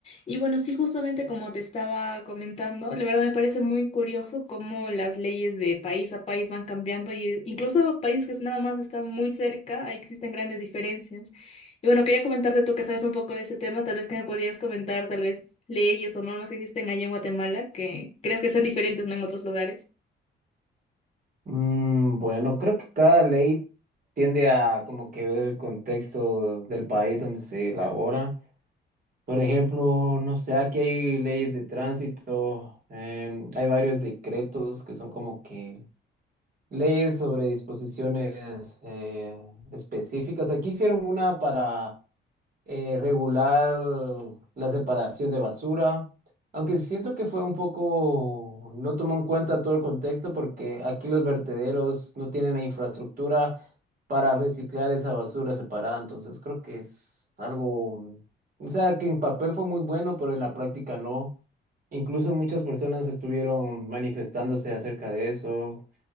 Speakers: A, on the left; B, on the right.
A: Y bueno, sí, justamente como te estaba comentando, la verdad me parece muy curioso cómo las leyes de país a país van cambiando y eh, incluso países que nada más están muy cerca, ahí existen grandes diferencias. Y bueno, quería comentarte tú que sabes un poco de ese tema, tal vez que me podías comentar tal vez leyes o normas que existen allá en Guatemala que creas que sean diferentes, ¿no? en otros lugares.
B: Mm, bueno, creo que cada ley tiende a como que ver el contexto del país donde se elabora. Por ejemplo, no sé, aquí hay leyes de tránsito, em, hay varios decretos que son como que leyes sobre disposiciones eh, específicas. Aquí hicieron una para eh, regular la separación de basura, aunque siento que fue un poco, no tomó en cuenta todo el contexto porque aquí los vertederos no tienen la infraestructura para reciclar esa basura separada, entonces creo que es algo, o sea, que en papel fue muy bueno, pero en la práctica no. Incluso muchas personas estuvieron manifestándose acerca de eso.